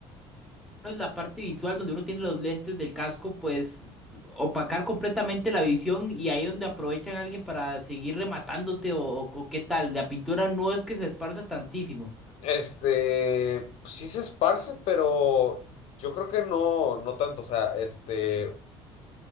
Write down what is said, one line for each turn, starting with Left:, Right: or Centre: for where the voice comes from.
Centre: menos la parte visual donde uno tiene los lentes del casco, pues opacar completamente la visión y ahí donde aprovechan a alguien para seguir rematándote o, o- o qué tal. La pintura no es que se esparza tantísimo.
Left: Este, pues sí se esparce, pero yo creo que no, no tanto. O sea, este,